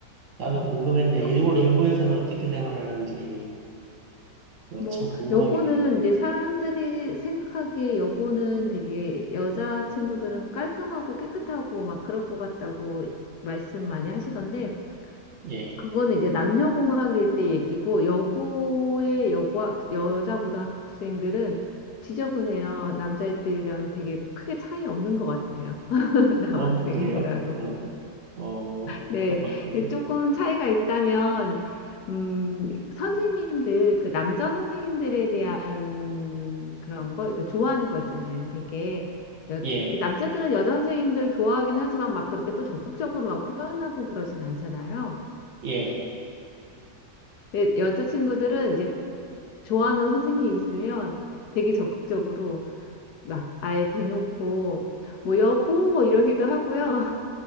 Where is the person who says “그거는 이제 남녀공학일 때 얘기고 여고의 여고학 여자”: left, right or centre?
Left